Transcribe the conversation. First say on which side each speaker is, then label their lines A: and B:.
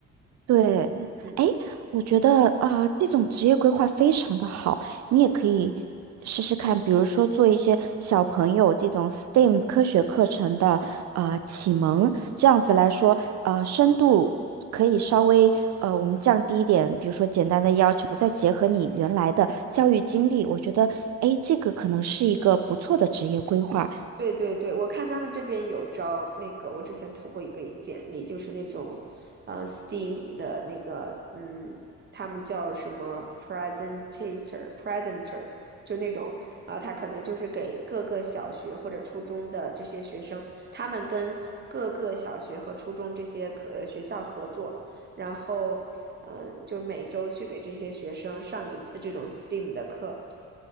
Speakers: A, on the right; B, on the right.
A: 对，
B: 嗯。
A: 哎，我觉得啊、呃这种职业规划非常的好，你也可以试试看，
B: 嗯
A: 比如说做一些小朋友这种 STEM 科学课程的呃启蒙，这样子来说，呃，深度可以稍微呃我们降低一点，比如说简单的要求，再结合你原来的教育经历，我觉得哎，诶这个可能是一个不错的职业规划。
B: 对对对，我看他们这边有招那个，我之前投过一个简历，就是那种，呃，Steam 的那个，嗯，他们叫什么 presentator，presenter，就那种，呃，他可能就是给各个小学或者初中的这些学生，他们跟各个小学和初中这些可呃学校合作，然后，嗯，就每周去给这些学生上一次这种 STEAM 的课。